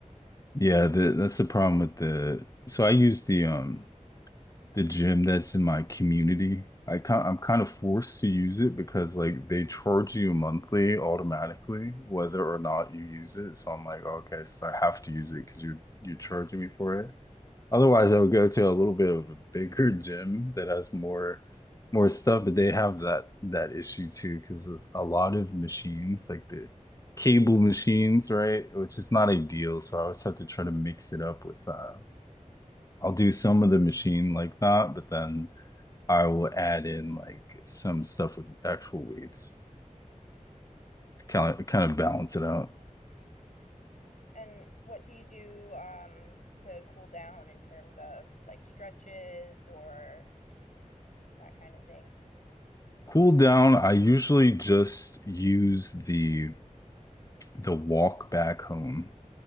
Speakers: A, on the left (about 25°); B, on the left (about 70°).
A: yeah, the, that's the problem with the. So I use the um the gym that's in my community. I kind I'm kind of forced to use it because like they charge you monthly automatically whether or not you use it. So I'm like, "Oh, okay, so I have to use it because you're you're charging me for it. Otherwise, I would go to a little bit of a bigger gym that has more more stuff, but they have that that issue too because there's a lot of machines, like the cable machines, right? Which is not ideal. So I always have to try to mix it up with uh, I'll do some of the machine like that, but then I will add in like some stuff with actual weights to kind of kind of balance it out.
B: And what do you do um, to cool down in terms of like stretches or that kind of thing?
A: Cool down, I usually just use the the walk back home